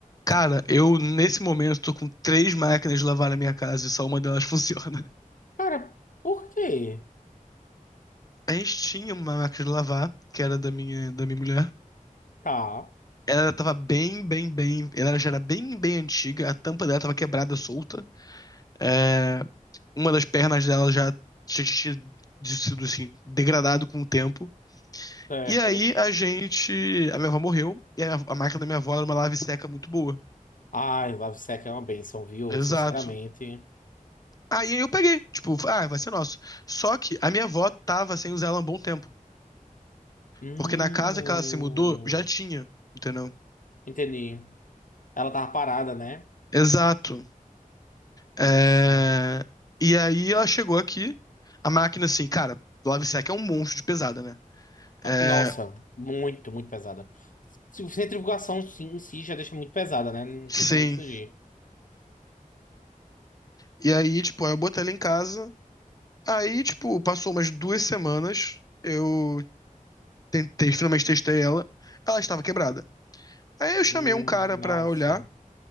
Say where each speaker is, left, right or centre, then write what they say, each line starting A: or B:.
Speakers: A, on the left; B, on the left.
A: Cara, eu nesse momento tô com três máquinas de lavar na minha casa e só uma delas <laughs> funciona.
B: Cara, por quê?
A: A gente tinha uma máquina de lavar, que era da minha, da minha mulher.
B: Tá,
A: Ela tava bem, bem, bem. Ela já era bem, bem antiga. A tampa dela tava quebrada, solta. É, uma das pernas dela já tinha tinha sido assim, degradado com o tempo.
B: certo.
A: E aí a gente. A minha avó morreu. E a, a máquina da minha avó era uma lave seca muito boa.
B: Ai, LiveSec é uma benção, viu?
A: Exato.
B: Sinceramente.
A: Aí eu peguei. Tipo, ah, vai ser nosso. Só que a minha avó tava sem usar ela há um bom tempo.
B: Hum.
A: Porque na casa que ela se mudou, já tinha, entendeu?
B: Entendi. Ela tava parada, né?
A: Exato. É,
B: Ixi.
A: E aí ela chegou aqui, a máquina assim, cara, Lovesac é um monstro de pesada, né?
B: Ah,
A: É,
B: Nossa, muito, muito pesada. Se- Centrifugação sim, em si já deixa muito pesada, né? Não
A: Sim.
B: tem pra onde fugir.
A: E aí, tipo, eu botei ela em casa. Aí, tipo, passou umas duas semanas, eu tentei, finalmente testei ela. Ela estava quebrada. Aí eu chamei
B: Hum,
A: um cara pra
B: nossa.
A: olhar.